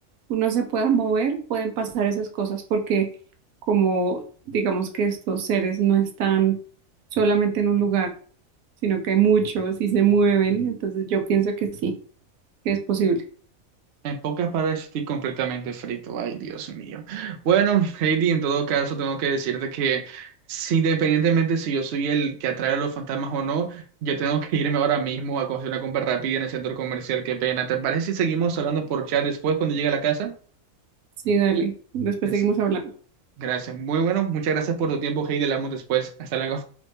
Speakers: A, on the right; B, on the right.
A: uno se pueda mover, pueden pasar esas cosas, porque como digamos que estos seres no están solamente en un lugar, sino que hay muchos y se mueven, entonces yo pienso que sí, que es posible.
B: En pocas palabras, estoy completamente frito. Ay, Dios mío. Bueno, Heidi, en todo caso, tengo que decirte que si, independientemente si yo soy el que atrae a los fantasmas o no, yo tengo que irme ahora mismo a conseguir una compra rápida en el centro comercial. Qué pena. ¿Te parece si seguimos hablando por chat después cuando llegue a la casa?
A: Sí, dale, después
B: Es-
A: seguimos hablando.
B: gracias. Muy bueno. Muchas gracias por tu tiempo, Heidi. Hablamos después. Hasta luego.